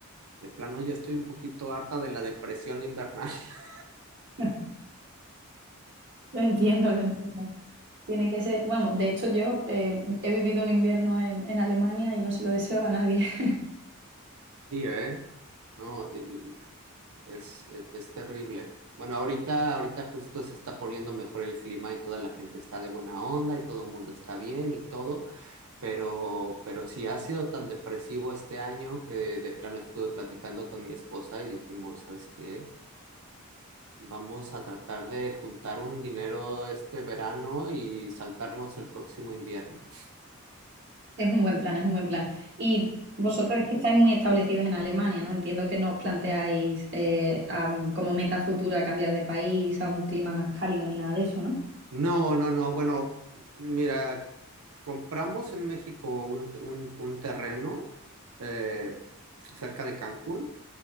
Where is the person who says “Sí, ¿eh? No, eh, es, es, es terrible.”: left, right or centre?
Right